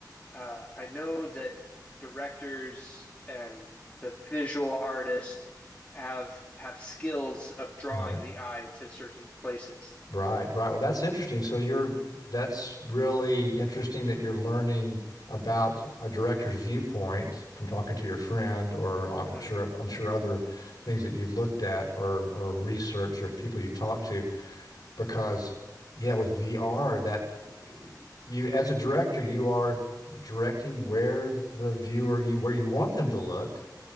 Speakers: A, on the left (about 20°); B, on the left (about 55°).
A: uh, I know that directors and the visual artists have have skills of drawing
B: Right.
A: the eye to certain places.
B: Right, right. Well, that's interesting. So you're that's really interesting that you're learning about a director's viewpoint from talking to your friend, or uh, I'm
A: hmm
B: sure I'm sure other things that you've looked at or or researched or people you've talked to. Because yeah, with VR, that eh, you as a director, you are directing where the viewer you where you want them to look,